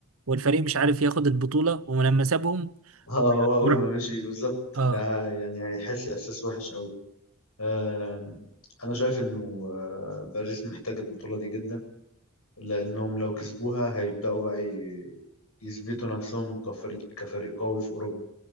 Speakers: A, on the right (about 70°); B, on the left (about 75°).
A: والفريق مش عارف ياخد البطولة ولما سابهم
B: اه هو اول
A: بر-
B: ما مشي بالظبط
A: آه
B: ده يعني هيحس احساس وحش قوي آم، انا شايف انه آه، باريس محتاج البطولة دي جدا لانهم لو كسبوها هيبدأوا بقى ي- يثبتوا نفسهم كفريق كفريق قوي في اوروبا